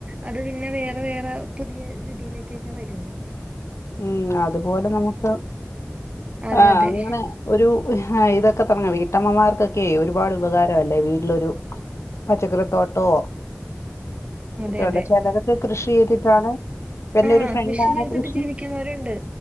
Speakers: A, on the right; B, on the left.
A: അത് പിന്നെ വേറ വേറ പുതിയ രീതിയിലേക്കൊക്കെ വരും <inaudible>
B: ഉം അത്പോല നമുക്ക്
A: അതെ
B: ആഹ്
A: അതെ
B: അങ്ങനെ ഒരു ഹായ് ഇതൊക്കെ തുടങ്ങ വീട്ടമ്മമാർക്കൊക്കെ ഒര്പാട് ഉപകാര താല്ലേ വീട്ടിലൊരു പച്ചക്കറിത്തോട്ടോ
A: അതെ
B: ഒക്കെള്ള
A: അതെ
B: ചെലരൊക്കെ കൃഷി ചെയ്തിട്ടാണ് എൻ്റൊരു
A: ആഹ്
B: ഫ്രണ്ടാണ്
A: ചെയ്തിട്ട്
B: കൃഷി
A: ജീവിക്കുന്നവരുണ്ട്